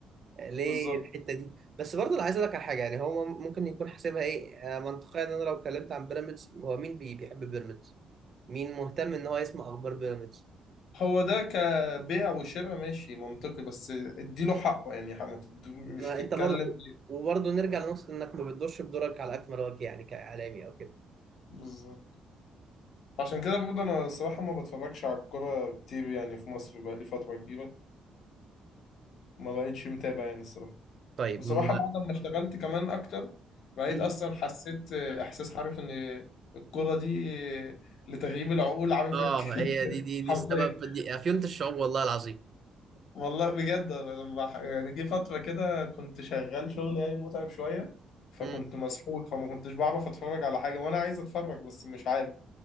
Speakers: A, on the right; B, on the left.
A: ليه
B: بالظبط
A: الحته دي بس برضه انا عايز اقول لك على حاجه يعني هو ممكن يكون حاسبها ايه آه، منطقيا ان انا لو اتكلمت عن بيراميدز هو مين بي بيحب بيراميدز مين مهتم ان هو يسمع اخبار بيراميدز
B: هو ده كبيع وشراء ماشي منطقي بس اديله حقه يعني ما تدو- مش
A: ما
B: تتكلم
A: انت برضه وبرضه نرجع لنقطه انك ما بتدورش بدورك على اكمل وجه يعني كاعلامي او كده
B: بالظبط عشان كده برضه انا الصراحه ما بتفرجش على الكوره كتير يعني في مصر بقالي فتره كبيره ما بقتش متابع يعني الصراحه
A: طيب
B: بصراحة
A: م-
B: بعد ما اشتغلت كمان أكتر بقيت
A: م-
B: أصلا حسيت إحساس عارف إن الكرة دي لتغييب العقول عارف
A: اه
B: الك- <laughs>
A: هي دي دي دي
B: حرفيا
A: السبب دي افيونة الشعوب والله العظيم
B: والله بجد أنا لما ح- يعني جه فترة كده كنت شغال شغل يعني متعب شوية فكنت
A: امم
B: مسحول فما كنتش بعرف أتفرج على حاجة وأنا عايز أتفرج بس مش عارف